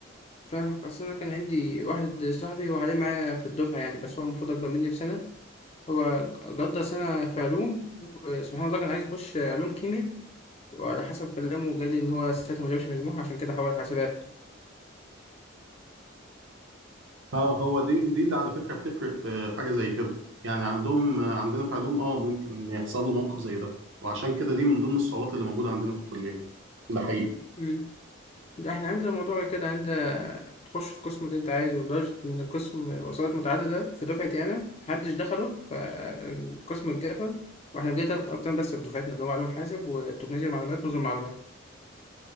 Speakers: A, on the left (about 30°); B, on the right (about 70°).
A: فاهمك اصل انا كان عندي واحد صاحبي وعليه معايا في الدفعه يعني بس هو المفروض اكبر مني بسنه هو جدة سنة في علوم وسبحان الله كان عايز يخش علوم كيمياء وعلى حسب كلامه جالي إن هو ساعتها ما جابش مجموعة عشان كده حول حاسبات
B: اه هو دي دي اللي على فكره بتفرق في حاجه زي كده يعني عندهم عندنا في علوم اه ممكن يحصل له موقف زي ده وعشان كده دي من ضمن الصعوبات اللي موجوده عندنا في الكليه ده حقيقي
A: مم. لا احنا عندنا موضوع كده عندنا تخش في القسم اللي انت عايزه لدرجة ان القسم وسائط متعددة في دفعتي انا محدش دخله فالقسم اتقفل واحنا بقينا تلات اقسام بس في دفعتنا اللي هو علوم حاسب وتكنولوجيا معلومات نظم معلومات